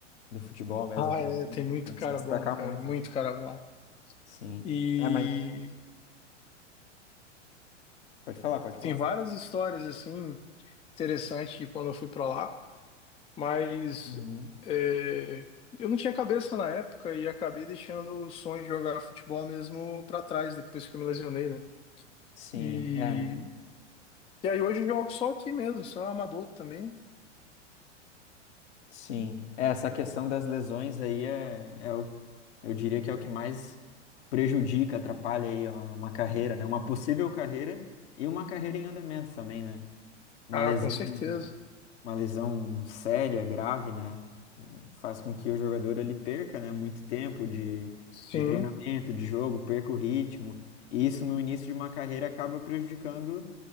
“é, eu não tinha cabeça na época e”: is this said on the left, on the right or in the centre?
Left